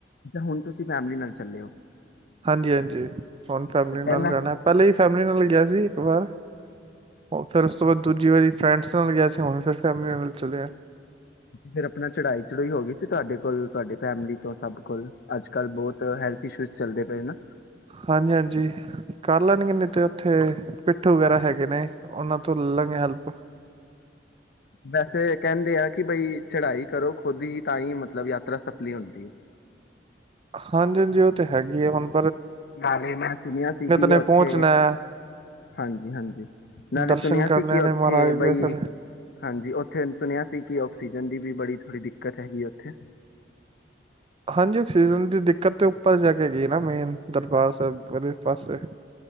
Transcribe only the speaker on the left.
ਅੱਛਾ ਹੁਣ ਤੁਸੀਂ ਫੈਮਲੀ ਨਾਲ ਚੱਲੇ ਹੋ
ਤੇ ਪਹਿਲਾਂ
ਫਿਰ ਆਪਣਾ ਚੜਾਈ ਚੜੂਈ ਹੋ ਗਈ ਸੀ ਤੁਹਾਡੇ ਕੋਲ, ਤੁਹਾਡੇ ਫੈਮਲੀ ਤੋਂ ਸਭ ਕੋਲ, ਅੱਜ-ਕੱਲ ਬਹੁਤ ਹੈਲਥ ਇਸ਼ੂ ਚੱਲਦੇ ਪਏ ਨਾ।
ਵੈਸੇ ਕਹਿੰਦੇ ਆ ਕਿ ਬਈ ਚੜਾਈ ਕਰੋ ਖੁਦ ਹੀ ਤਾਂ ਹੀ ਮਤਲਬ ਯਾ ਤਰਾ ਸਫਲੀ ਹੁੰਦੀ ਐ।
ਨਾਲੇ ਮੈਂ ਸੁਣਿਆ ਸੀ ਕਿ
ਉੱਥੇ,
ਹਾਂਜੀ-ਹਾਂਜੀ, ਨਾਲੇ
ਸੁਣਿਆ
ਸੀ ਕਿ
ਉੱਥੇ
ਬਈ,
ਹਾਂਜੀ ਉੱਥੇ ਸੁਣਿਆ ਸੀ ਕਿ ਓ ਸੀਜਨ ਦੀ ਵੀ ਬੜੀ, ਥੋੜੀ ਦਿੱਕਤ ਹੈਗੀ ਐ ਉੱਥੇ।